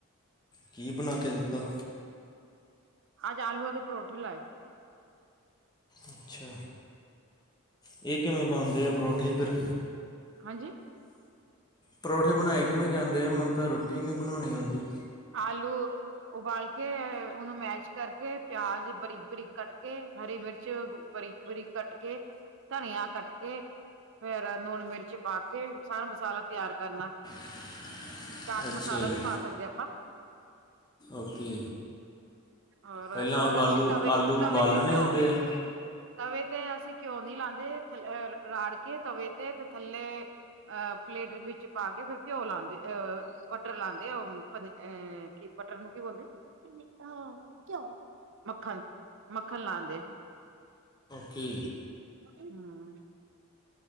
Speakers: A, on the left (about 20°); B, on the right (about 55°).
A: ਕੀ ਬਣਾ ਕੇ ਦਿੱਤਾ?
B: ਅਜ ਆਲੂਆਂ ਦੇ ਪਰੌਠੇ ਲਾਏ।
A: ਅੱਛਾ, ਇਹ ਕਿਵੇਂ ਬਣਦੇ ਆ ਪਰੌਂਠੇ ਫੇਰ?
B: ਹਾਂਜੀ?
A: ਪਰੌਂਠੇ ਬਣਾਏ ਕਿਵੇਂ ਜਾਂਦੇ ਆ? ਮਨ ਤਾਂ ਰੋਟੀ ਨਹੀਂ ਬਣਾਉਣੀ ਆਉਂਦੀ।
B: ਆਲੂ ਉਬਾਲ ਕੇ, ਉਹਨੂੰ ਮੈਸ਼ ਕਰਕੇ, ਪਿਆਜ ਬਰੀਕ -ਬਰੀਕ ਕੱਟ ਕੇ, ਹਰੀ ਮਿਰਚ ਬਰੀਕ ਬਰੀਕ ਕੱਟ ਕੇ ਧਨਿਆ ਕੱਟ ਕੇ ਫੇਰ ਲੂਣ ਮਿਰਚ ਪਾ ਕੇ, ਸਾਰਾ ਮਸਾਲਾ ਤਿਆਰ ਕਰਨਾ।
A: <unintelligible>
B: ਚਾਟ
A: ਅੱਛਾ
B: ਮਸਾਲਾ
A: ਜੀ
B: ਵੀ ਪਾ ਸਕਦੇ ਹਾਂ ਆਪਾਂ।
A: ਓਕੇ।
B: ਹੋਰ
A: ਪਹਿਲਾਂ
B: ਹੋਰ
A: ਆਲੂ
B: ਅਸੀਂ ਤਵੇ
A: ਆਲੂ
B: ਤਵੇ
A: ਉਬਾਲਣੇ
B: ਤੇ ਘਿਓ,
A: ਹੁੰਦੇ ਆ
B: ਤਵੇ ਤੇ ਅਸੀਂ ਘਿਓ ਨਹੀ ਲਾਦੇ, ਥ ਰਾੜ ਕੇ ਤਵੇ ਤੇ ਥੱਲੇ ਅ ਪਲੇਟ ਵਿੱਚ ਪਾ ਕੇ, ਫਿਰ ਘਿਓ ਲਾਂਉਦੇ ਅਹ ਬਟਰ ਲਾਉਂਦੇ ਅ ਮਤੇ ਐਂ! ਕੀ ਬਟਰ ਨੂੰ ਕੀ ਬੋਲਦੇ, ਕਿ ਮਿਠਾ ਘਿੳ ਮੱਖਣ, ਮੱਖਣ ਲਾਂਦੇ।
A: ਕੀ?
B: ਹਮ,